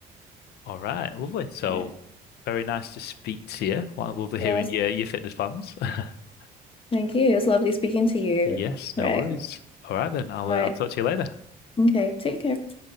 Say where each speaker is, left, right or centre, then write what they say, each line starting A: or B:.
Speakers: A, on the left; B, on the left.
A: All right, lovely. So
B: Right.
A: very nice to speak to you. Well, lovely
B: Yeah,
A: hearing
B: it was-
A: your your fitness plans. <laughs>
B: thank you. It was lovely speaking to you.
A: Yes, no
B: Right.
A: worries. All right then, I'll
B: Right.
A: uh, I'll talk to you later.
B: Okay, take care.